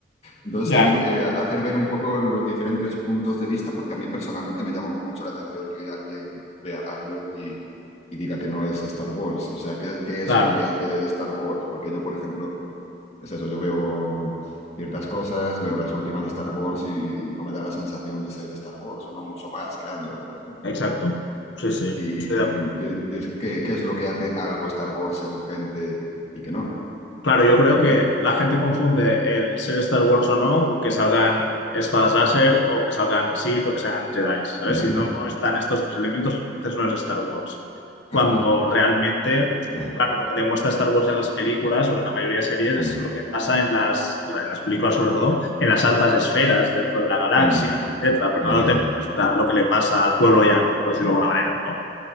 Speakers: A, on the left; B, on the left.
A: Entonces
B: ya.
A: también eh, hacer ver un poco los diferentes puntos de vista, porque a mí personalmente me llama mucho la atención que alguien vea Andor y, y diga que no es Star Wars. O sea, ¿qué, qué es
B: Claro,
A: lo que hace Star Wars? Porque yo, por ejemplo, es eso, yo veo ciertas cosas, veo las últimas de Star Wars y, y no me da la sensación de ser Star Wars, o no mucho más que Andor, por ejemplo.
B: exacto. Sí, sí,
A: Y,
B: estoy de acuerdo.
A: y- y es que, ¿qué, qué es lo que hace algo Star Wars según gente y que no?
B: Claro, yo creo
A: Y
B: que
A: bueno,
B: la gente confunde el ser Star Wars o no con que salgan espadas láser o que salgan Sith o que salgan Jedi, ¿sabes?
A: ya,
B: Si
A: ya,
B: no están estos tres elementos, entonces no es Star Wars. Cuando
A: <laughs>
B: realmente,
A: ya.
B: claro, lo que te muestra Star Wars en las películas o en la mayoría de series
A: Mm,
B: es lo que pasa en las, en las películas, sobre todo, en las altas esferas dentro de la galaxia,
A: mm.
B: etcétera, pero
A: Ya,
B: no
A: ya.
B: te muestra lo que le pasa al pueblo llano, por decirlo de alguna manera, ¿no?